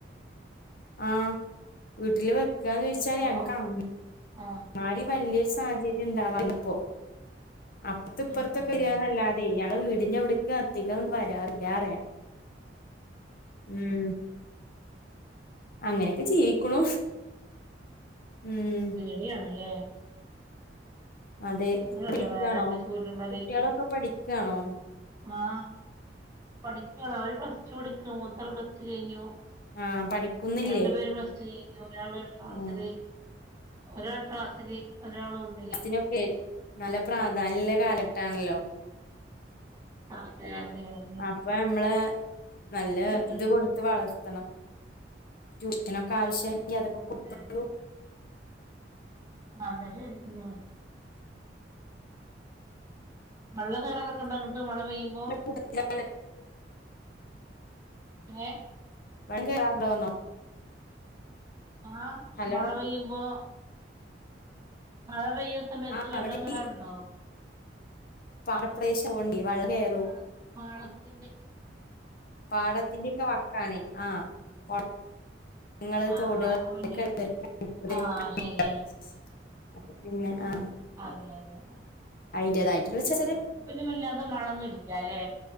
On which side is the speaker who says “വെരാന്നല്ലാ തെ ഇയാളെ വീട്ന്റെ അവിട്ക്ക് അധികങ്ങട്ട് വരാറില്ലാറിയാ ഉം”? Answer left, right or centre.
Left